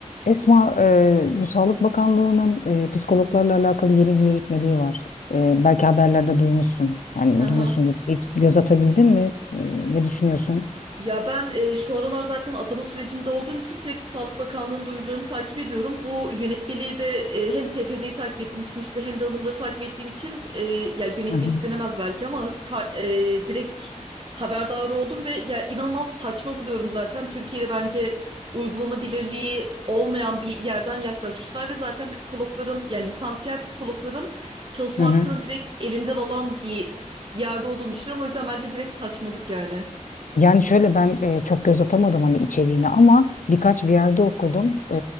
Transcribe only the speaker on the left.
Esma, e, bu Sağlık Bakanlığı'nın e, psikologlarla alakalı yeni bir yürütmeliği var. E, belki haberlerde duymuşsun. Yani
duymuşsundur. Hiç göz atabildin mi? E, ne düşünüyorsun?
Hı hı.
Hı hı.
Yani şöyle ben e, çok göz atamadım hani içeriğine ama birkaç bir yerde okudum. E,